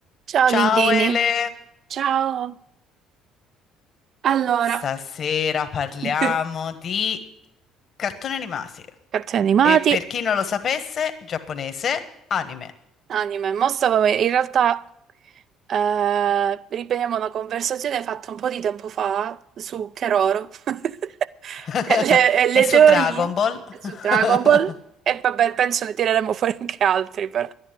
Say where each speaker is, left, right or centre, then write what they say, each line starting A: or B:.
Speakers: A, on the right; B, on the left.
A: Ciao
B: Ciao
A: Lindini,
B: Ele,
A: Ciao, allora,
B: stasera parliamo
A: <laughs>
B: di cartoni animati
A: cartoni animati,
B: e per chi non lo sapesse, giapponese, anime.
A: anime. Mo stavo- in realtà eh, riprendiamo una conversazione fatta un po' di tempo fa su Keroro <laughs>
B: <laughs>
A: e le, e le
B: E su
A: teorie
B: Dragon Ball. <laughs>
A: su Dragon Ball e vabbè, penso ne tireremo fuori anche altri, però